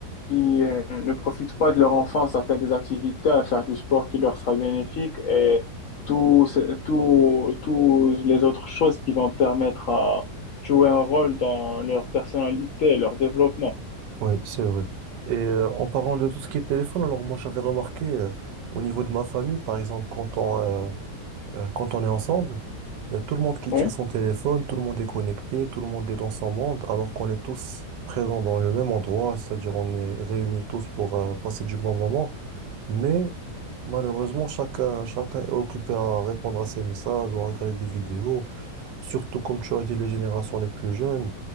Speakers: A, on the left; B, on the right.
A: qui euh, ne profitent pas de leur enfance à faire des activités, à faire du sport qui leur sera bénéfique et tous ce- tous tous les autres choses qui vont permettre à jouer un rôle dans leur personnalité et leur développement.
B: oui, c'est vrai. Et euh, en parlant de tout ce qui est téléphone, alors moi j'avais remarqué euh, au niveau de ma famille, par exemple quand on euh, Euh, quand on est ensemble, il y a tout le monde qui
A: Oui,
B: tient son téléphone, tout le monde est connecté, tout le monde est dans son monde, alors qu'on est tous présents dans le même endroit, c'est-à-dire on est réunis tous pour euh, passer du bon moment. Mais malheureusement, chacun, chacun est occupé à répondre à ses messages ou à regarder des vidéos, surtout comme tu as dit, les générations les plus jeunes.